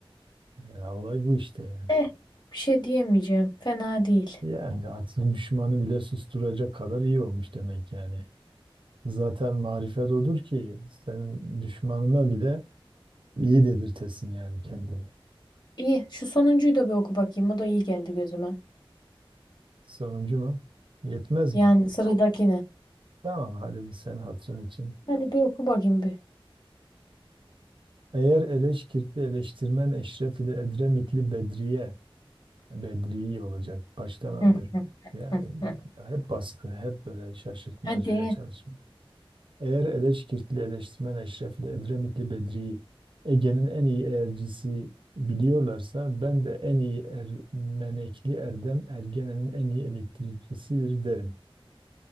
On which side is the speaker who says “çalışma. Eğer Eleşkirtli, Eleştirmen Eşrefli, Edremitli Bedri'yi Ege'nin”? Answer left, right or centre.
Right